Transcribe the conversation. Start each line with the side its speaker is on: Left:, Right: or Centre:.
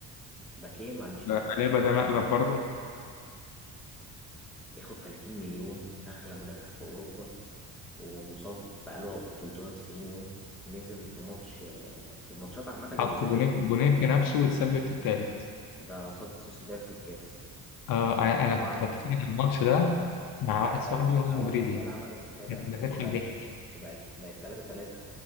Centre: باكين ما عنديش باكين
Left: قلابه ده مقلب برضه
Centre: بياخد 30 مليون اغلى مدافع في اوروبا ومصاب بقاله 390 يوم نزل في ماتش في الماتشات عامه اللي
Left: حط
Centre: نزلها
Left: جونين جونين في نفسه وتسبب في الثالث
Centre: ده قصاد سوسيداد في الكاس
Left: آه انا انا
Centre: 4-4
Left: كنت بتفرج على الماتش ده مع
Centre: انت
Left: واحد
Centre: عارف
Left: صاحبي
Centre: اول
Left: هو مدريدي
Centre: اول ما الريال عمل ريمونتادا
Left: ده
Centre: وبقت
Left: بيضحك ضحك
Centre: وبقت بقت 3 3